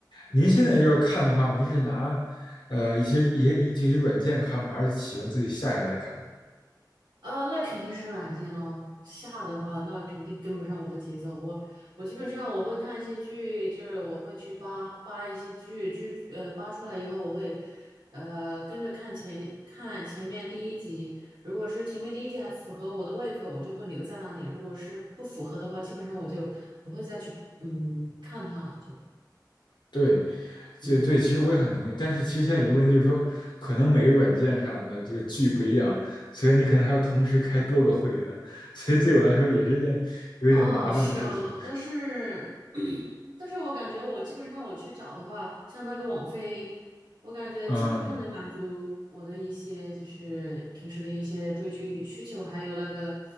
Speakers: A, on the left; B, on the right.
A: 您现在要看的话，
B: 嗯
A: 您是拿呃一些一些一这些软件看吗？还是喜欢自己下下来看？
B: 啊，那肯定是软件咯。下的话，那肯定跟不上我的节奏。我我基本上我会看一些剧，就是我会去扒扒一些剧，剧呃扒出来以后，我会呃跟着看前看前面第一集。如果是前面第一集还符合我的胃口，我就会留在那里；如果是不符合的话，基本上我就不会再去嗯看它了。就
A: 对，就对，
B: 嗯
A: 其实我也很同意。但是其实现在有个问题就是说，可能每个软件上的这个剧不一样，所以你可能还要同时开多个会员，所以对我来说也是一件有一点麻烦的事情。
B: 哦，是哦，但是但是我感觉我基本上我去找的话，像那个网飞，我感觉基本上能满足我的一些就是平时的一些追剧需求，
A: 嗯。
B: 还有那个